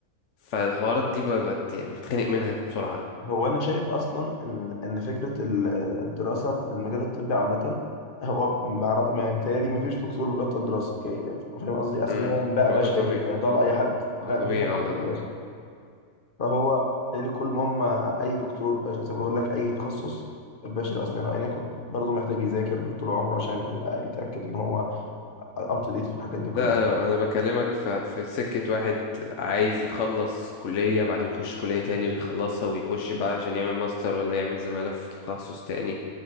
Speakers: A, on the left; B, on the left.
A: فالحوارات دي بقت يعني بتخنق منها بسرعه
B: هو انا شايف اصلا ان ان فكره ال- الدراسه في المجال الطبي عامه هو مع- ما- متهيألي ما فيش دكتور بيبطل دراسه يعني فاهم قصدي اسنان
A: امم
B: بقى
A: هو
B: بشري
A: ده طبيعي
B: صيدله اي حد
A: اه
B: لا
A: طبيعي
B: ما فيش حد
A: اه
B: بيبطل
A: ده طبيعي
B: دراسه فهو بالتالي كل ما هم اي دكتور بش- زي ما بقول لك اي تخصص بشري واسنان وايا يكن برضه محتاج يذاكر طول عمره عشان يبقى يتاكد ان هو اب تو ديت في الحاجات دي كلها
A: لا انا انا بكلمك في في سكه واحد عايز يخلص كليه بعدين يخش كليه تاني ويخلصها ويخش بقى عشان يعمل ماستر ولا يعمل زماله في تخصص تاني